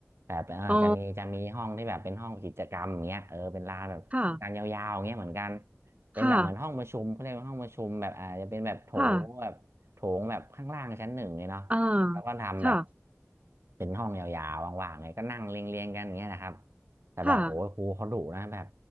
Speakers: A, on the right (about 60°); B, on the right (about 25°).
A: แบบเออจะมีจะมีห้องที่แบบเป็นห้องกิจกรรมอย่างเงี้ยเออเป็นลานแบบกางยาวๆอย่างเงี้ยเหมือนกัน
B: อ๋อค่ะ
A: เป็นแบบเหมือนห้องประชุมเขาเรียกว่าห้องประชุมแบบอาจจะเป็นแบบโถงแบบโถงแบบข้างล่างชั้นหนึ่งเลยเนาะแล้วก็ทำแบบ
B: ค่ะค่ะอ่าค่ะ
A: เป็นห้องยาวๆว่างๆไงก็นั่งเรียงๆกันอย่างเงี้ยนะครับแต่แบบโอ้ยครูเขาดุนะแบบ
B: ค่ะ